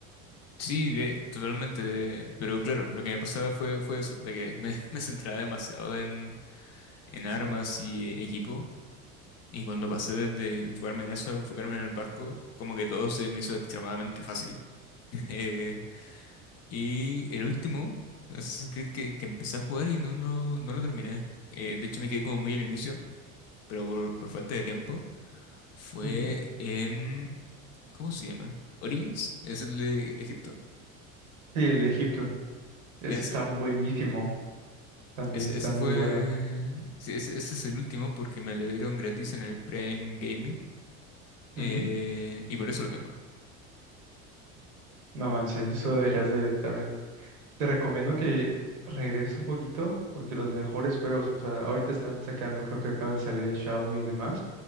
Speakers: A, on the left (about 40°); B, on the right (about 80°).
A: Sí, de- totalmente, de- pero claro, lo que me pasaba fue, fue eso, de que me, <laughs> me centraba demasiado en, en armas y eh, equipo Y cuando pasé de enfocarme en eso a enfocarme en el barco, como que todo se me hizo extremadamente fácil. <laughs> Eh, y el último, Assassin's Creed, que, que empecé a jugar y no, no, no lo terminé. Eh, de hecho, me quedé como muy al inicio, pero por, por falta de tiempo, fue
B: Ujú.
A: en... ¿Cómo se llama? Origins, es el de Egipto.
B: Sí, el de Egipto. Ese
A: Ese.
B: está buenísimo. También
A: Ese,
B: está
A: ese
B: muy
A: fue...
B: bueno.
A: sí, ese, ese es el último porque me lo dieron gratis en el Prime Gaming. eh,
B: Ujú.
A: y por eso lo tengo.
B: No manches, eso deberías de también. Te recomiendo que regreses un poquito porque los mejores juegos, o sea, ahorita están sacando, creo que acaban de salir el Shadow y demás.